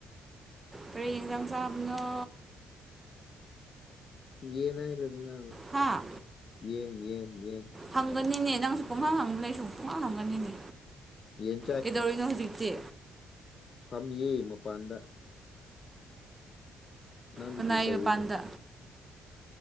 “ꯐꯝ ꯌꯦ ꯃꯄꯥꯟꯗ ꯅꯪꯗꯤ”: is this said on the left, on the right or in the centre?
Left